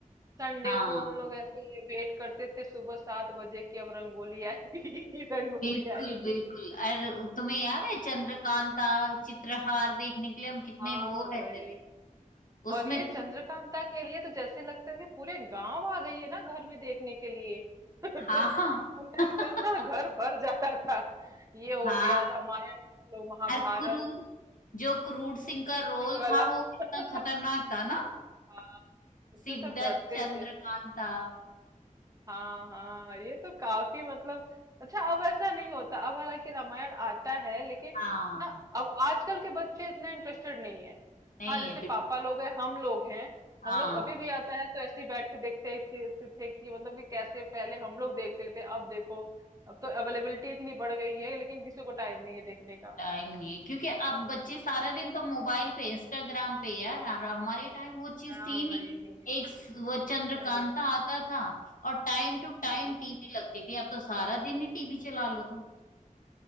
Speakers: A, on the right (about 25°); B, on the left (about 75°).
A: संडे
B: हाँ
A: को हम लोग ऐसे वेट करते थे सुबह सात बजे कि अब रंगोली आएगी <laughs> रंगोली
B: बिल्कुल
A: आएगी
B: बिल्कुल और तुम्हें याद है चंद्रकांता चित्रहार देखने के लिए हम कितने
A: हाँ
B: रो
A: भाई
B: रहते थे उसमें
A: और ये
B: कु-
A: चंद्रकांता के लिए तो जैसे लगता है कि पूरे गांव आ गई है ना घर में देखने के लिए <laughs>
B: हाँ
A: पूरा
B: हाँ <laughs>
A: एकदम ना घर भर जाता था ये हो
B: हाँ
A: गया रामायण देख लो महाभारत
B: और क्रूर जो क्रूर सिंह का रोल
A: वाला
B: था वो कितना
A: <laughs>
B: खतरनाक था ना
A: हाँ, उससे
B: सिद्धार्थ
A: सब डरते
B: चंद्रकांता
A: थे हाँ हाँ ये तो काफी मतलब अच्छा अब ऐसा नहीं होता अब हालांकि रामायण आता है लेकिन
B: हाँ
A: ना अब आजकल के बच्चे इतना इंटरेस्टेड नहीं है
B: नहीं
A: हाँ जैसे
B: है बिल्कुल
A: पापा लोग हैं हम लोग हैं
B: हाँ
A: हम लोग अभी भी आता है तो ऐसे ही बैठ के देखते थे, थे, थे कि मतलब कि कैसे पहले हम लोग देखते थे अब देखो अब तो अवेलेबिलिटी इतनी बढ़ गई है लेकिन किसी को टाइम नहीं है देखने का
B: टाइम नहीं है क्योंकि अब बच्चे सारा दिन तो मोबाइल पे इंस्टाग्राम पे यार और हमारे टाइम वो चीज
A: हाँ
B: थी नहीं
A: यही
B: एक स- वो चंद्रकांता
A: सही है
B: आता था और टाइम टू
A: हम्म।
B: टाइम टीवी लगती थी अब तो सारा दिन ही टीवी चला लो तुम